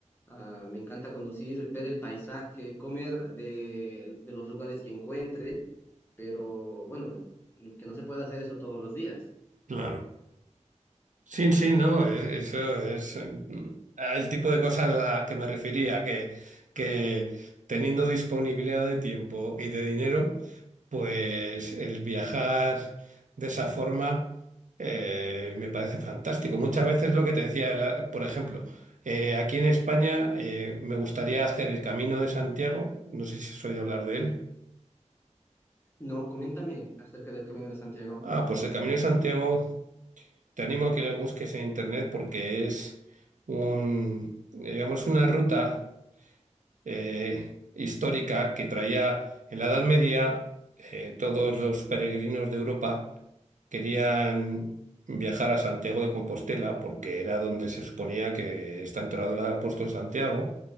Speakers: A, on the left; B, on the right.
A: Ah, me encanta conducir, ver el paisaje, comer de, de los lugares que encuentre, pero bueno, que no se puede hacer eso todos los días.
B: Claro. Sí, sí, no, e- eso es eh, el tipo de cosas a la que me refería, que, que teniendo disponibilidad de tiempo y de dinero, pues el viajar de esa forma eh, me parece fantástico. Muchas veces lo que te decía, la- por ejemplo, eh, aquí en España eh, me gustaría hacer el Camino de Santiago, no sé si has oído hablar de él.
A: No, coméntame acerca del Camino de Santiago.
B: Ah, pues el Camino de Santiago Te animo a que lo busques en internet porque es un, digamos, una ruta eh, histórica que traía en la Edad Media eh, todos los peregrinos de Europa. Querían viajar a Santiago de Compostela porque era donde se suponía que está enterrado el apóstol Santiago.